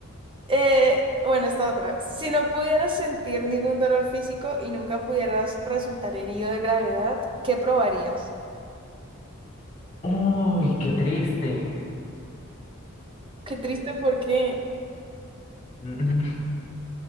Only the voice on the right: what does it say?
eh, bueno, esta otra. Si no pudieras sentir ningún dolor físico y nunca pudieras resultar herido de gravedad, ¿qué probarías?
Qué triste, ¿por qué?